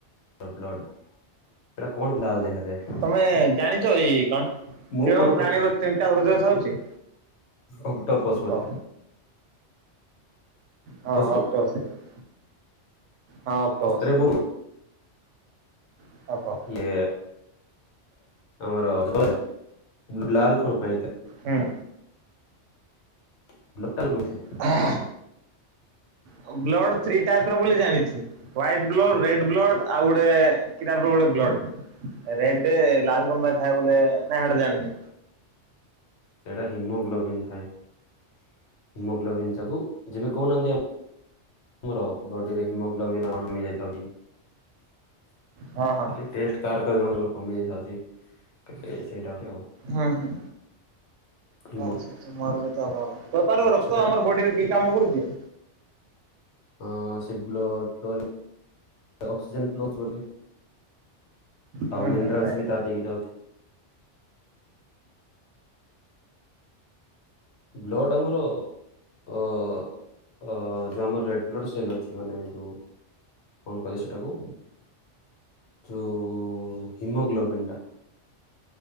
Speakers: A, on the left (about 75°); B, on the right (about 85°).
A: ବ୍ଲଡ୍ ଏଇଟା କଣ ପାଇଁ ଲାଲ୍ ଦେଖାଯାଏ?
B: ତମେ ଜାଣିଛ ଏଇ କଣ
A: ମୁଁ
B: କେଉଁ
A: କଣ
B: ପ୍ରାଣୀର ତିନିଟା ହୃଦୟ ଥାଉଛି।
A: ଅକ୍ଟୋପସ୍ ବଧେ।
B: କହ। ହଁ ହଁ
A: ନା
B: ଅକ୍ଟୋପସ୍ ସେଇଟା। ହଁ ଅକ୍ଟୋପସ୍।
A: ଆରେ ମୁଁ
B: <unintelligible>
A: ଇଏ ଆମର ଲାଲ କଣ ପାଇଁ ହେଇଥାଏ।
B: ହୁଁ।
A: <unintelligible>
B: ହଁ ଆଉ ବ୍ଲଡ ଥ୍ରୀ ଟାଇପ୍ ର ବୋଲି ଜାଣିଛି। ହ୍ୱାଇଟ୍ ବ୍ଲଡ଼, ରେଡ୍ ବ୍ଲଡ଼ ଆଉ ଗୋଟେ କି ଟାଇପ୍ ର ଗୋଟେ ବ୍ଲଡ଼। ରେଡ୍ ଲାଲ୍ କଣପାଇଁ ଥାଏ ବୋଲେ ନାଇଁ ହେଟା ଜାଣିନି।
A: ହେଇଟା ହିମୋଗ୍ଲୋବିନ୍ ଥାଏ ହିମୋଗ୍ଲୋବିନ୍ ଯାକୁ ଯେବେ କହୁନାହାନ୍ତି ଆମେ ମୋର ବଡିରେ ହିମୋଗ୍ଲୋବିନ୍ <unintelligible>
B: ହଁ ହଁ
A: ତାର ତାର ଯୋଉ କମେଇ ଦେଇଖାଇଛି। କେ ସେଇଟା ଆହୁରି ଆଉ।
B: ହୁଁ ହୁଁ।
A: ଏ ମୋ
B: ସାର୍ ସାର୍ ମୋର କେତେ ଅଭାବ କହିପାରବ ରକ୍ତ
A: ସେଟା
B: ଆମର ବାଡ଼ିରେ କି କାମ କରୁଚି।
A: ହଁ ସେ ବ୍ଲଡ୍ ଫଲ୍ ହେଲେ ଅକ୍ସିଜନ୍ ଫ୍ଲୋର ହଉଛି ବଡ଼ି ରେ।
B: ହୁଁ
A: ଆଉ ମିନିରାଲସ୍
B: ହୁଁ ରାଇଟ
A: ବି ତା ଦେଇକି ଯାଉଚି। ବ୍ଲଡ଼ ଆମର ଓ ଅ ଯୋଉ ଆମର ରେଡ୍ ବ୍ଲଡ଼ ସେଲ୍ ଅଛି। ମାନେ ଯୋଉ କଣ କହିବେ ସେଟାକୁ ଯୋଉ ହିମୋଗ୍ଲୋବିନ୍ ଟା।